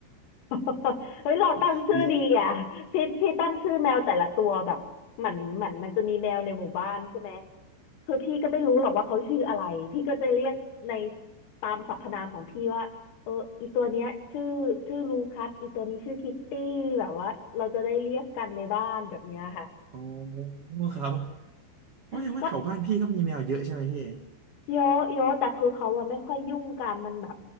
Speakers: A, on the left; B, on the right.
A: <laughs> เฮ้ยเราตั้งชื่อดีอ่ะพี่พี่ตั้งชื่อแมวแต่ละตัวแบบเหมือนเหมือนมันจะมีแมวในหมู่บ้านใช่ไหม
B: ๆ <laughs> ดี
A: คือพี่ก็ไม่รู้หรอกว่าเขาชื่ออะไรพี่ก็จะเรียกในตามสรรพนามของพี่ว่าเอออีตัวเนี้ยชื่อชื่อลูคัสอีตัวนี้ชื่อคิตตี้แบบว่าเราจะได้เรียกกันในบ้านแบบเนี้ยค่ะ
B: อ๋อครับว่าแสดงว่าแถวบ้านพี่ก็มีแมวเยอะใช่ไหมพี่
A: ก็ เยอะเยอะแต่คือเขาอะไม่ค่อยยุ่งกันมันแบบ